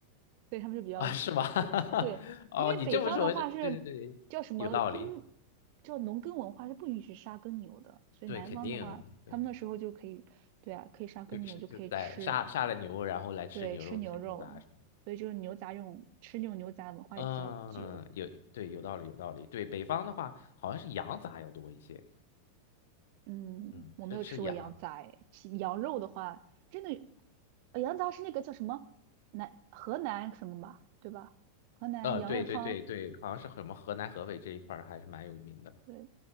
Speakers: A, on the right; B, on the left.
A: 所以他们就比较多。
B: <laughs> 啊，是吗？<laughs>
A: 对，
B: 哦，
A: 因为北方的话是叫什么耕，
B: 你这么说，对对对，有道理，
A: 叫农耕文化是不允许杀耕牛的，所以南方的话，
B: 对，肯定啊对，
A: 他们那时候就可以，对啊，可以杀耕牛就可以吃，
B: 就是就在杀杀了牛，然后来吃牛肉、
A: 对，吃牛肉，
B: 吃牛杂什么的
A: 所以就是牛杂这种吃这种牛杂文化也比较久。
B: 嗯，有，对，有道理，有道理。对，北方的话，好像是羊杂要多一些，
A: 嗯，
B: 嗯，
A: 我没有吃过羊杂诶其羊肉的话，
B: 是吃羊。
A: 真的，呃羊杂是那个叫什么南河南什么吧，对吧？河南羊肉汤，
B: 呃，对对对对，好像是什么河南、河北这一块儿还是蛮有名的，
A: 对，